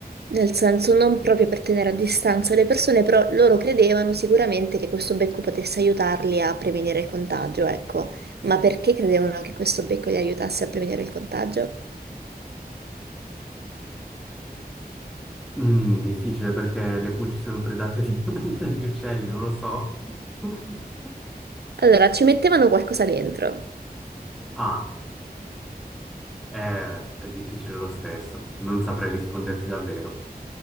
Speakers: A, on the right (about 80°); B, in the centre.
A: nel senso non proprio per tenere a distanza le persone, però loro credevano sicuramente che questo becco potesse aiutarli a prevenire il contagio, ecco. Ma perché credevano che questo becco li aiutasse a prevenire il contagio?
B: Mm, difficile perché le pulci sono predate di- <laughs> dagli uccelli, non lo so. <laughs>
A: Allora, ci mettevano qualcosa dentro.
B: Ah, eh, è difficile lo stesso. Non saprei risponderti davvero.